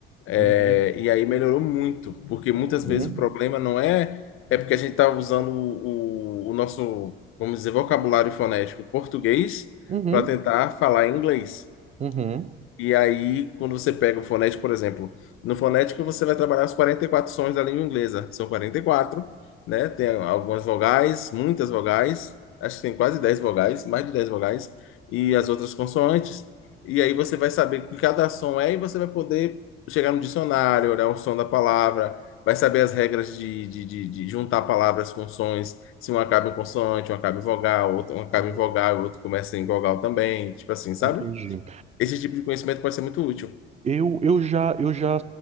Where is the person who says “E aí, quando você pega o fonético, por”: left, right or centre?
Left